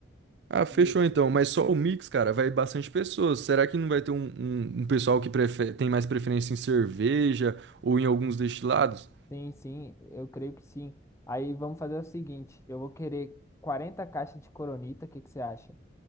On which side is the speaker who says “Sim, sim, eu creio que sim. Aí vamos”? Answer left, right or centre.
Left